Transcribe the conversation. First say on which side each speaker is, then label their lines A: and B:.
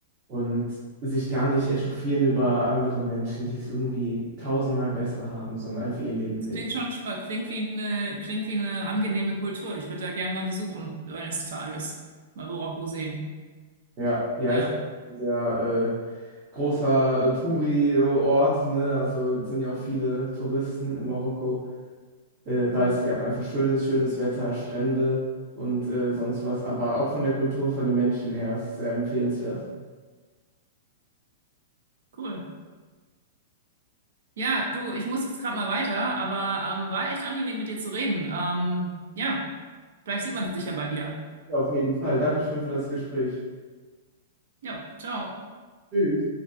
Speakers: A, on the right (about 25°); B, on the right (about 65°).
A: und sich gar nicht echauffieren über andere Menschen, die es irgendwie tausendmal besser haben, sondern einfach ihr Leben
B: Das
A: leben.
B: klingt schon, spa- klingt wie eine, klingt wie eine angenehme Kultur. Ich würde da gerne mal besuchen, eines Tages. Mal Marokko sehen.
A: Ja, ja,
B: Ja,
A: ist ein sehr äh, großer äh, Touri-Ort, ne? Also es sind ja auch viele Touristen in Marokko. äh, weil es ja auch einfach schön ist, schönes Wetter, Strände und äh, sonst was. Aber auch von der Kultur, von den Menschen her ist es sehr empfehlenswert.
B: cool. Ja, du, ich muss jetzt gerade mal weiter, aber ähm, war echt angenehm, mit dir zu reden. Ähm, ja, vielleicht sieht man sich ja bald wieder.
A: Ja, auf jeden Fall. Dankeschön für das Gespräch.
B: Ja, ciao.
A: Tschüss.